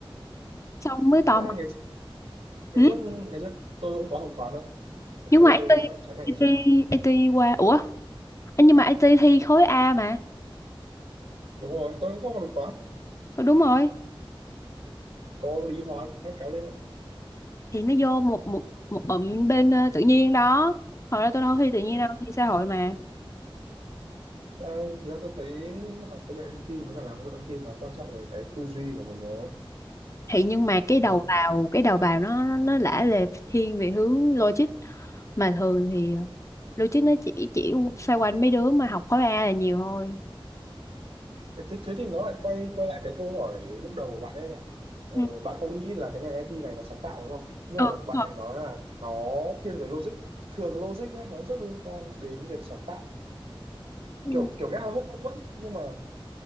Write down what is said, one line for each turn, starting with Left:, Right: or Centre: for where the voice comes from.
Left: xong mới tò
Right: ngày,
Left: mò
Right: ngày
Left: ừ?
Right: trước ngày trước tôi cũng có học toán đâu
Left: nhưng
Right: tôi
Left: mà IT
Right: đây là làm trái ngành
Left: IT
Right: ấy chứ
Left: IT qua ủa nhưng mà IT thi khối A mà
Right: đúng rồi tôi cũng không học được toán
Left: ừ, đúng rồi
Right: có lý hóa nó kéo lên này
Left: thì nó vô một một một bụm bên ờ, tự nhiên đó hồi đó tôi đâu thi tự nhiên
Right: Ờ,
Left: đâu thi xã hội mà
Right: Ờ, thực ra tôi thấy học công nghệ thông tin với cả làm công nghệ thông tin nó quan trọng về cái tư duy của mình rồi
Left: thì nhưng mà cái đầu
Right: thứ
Left: vào cái đầu vào nó nó nó lả lề thiên về hướng logic mà thường thì ờ, logic nó chỉ chỉ xoay quanh mấy đứa mà học khối A là nhiều thôi
Right: thế, thế thì nó lại quay quay lại cái câu hỏi lúc đầu của bạn ấy là ờ,
Left: Ừ,
Right: bạn không nghĩ là cái ngành IT này nó sáng tạo đúng không nhưng
Left: ừ,
Right: mà
Left: đúng
Right: bạn
Left: rồi.
Right: lại nói là nó thiên về logic thường logic nhá nó rất liên quan đến việc sáng tạo
Left: Ừ.
Right: kiểu kiểu nghe là hơi mâu thuẫn nhưng mà